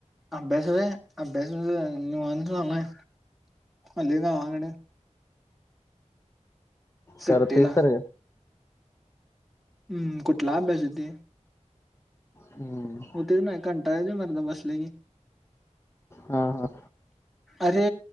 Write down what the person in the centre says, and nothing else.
अभ्यास व्हय, अभ्यास निवांत चालू आहे आलोय गावाकड. सुट्टीला
हम्म कुठला अभ्यास होेतुय
होतच नाइ, कंटाळा येतोय बसल की
अरे